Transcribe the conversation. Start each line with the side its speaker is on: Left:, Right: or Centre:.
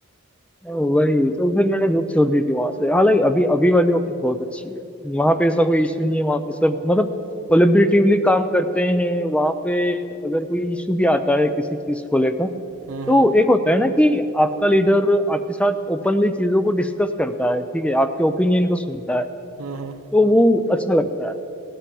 Centre: वही तो फिर मैंने जॉब छोड़ दी थी वहां से हालांकि अभी अभी वाली ऑफिस बहुत अच्छी है वहां पे ऐसा कोई इशू नहीं है वहां पे सब मतलब कोलेबरेटिवली काम करते हैं वहां पे अगर कोई इशू भी आता है किसी चीज को लेकर
Right: हम्म
Centre: तो
Right: हम्म
Centre: एक होता है ना कि आपका लीडर आपके साथ ओपनली चीजों को डिस्कस करता है ठीक है आपके ओपिनियन को सुनता है
Right: हम्म हम्म।
Centre: तो वो अच्छा लगता है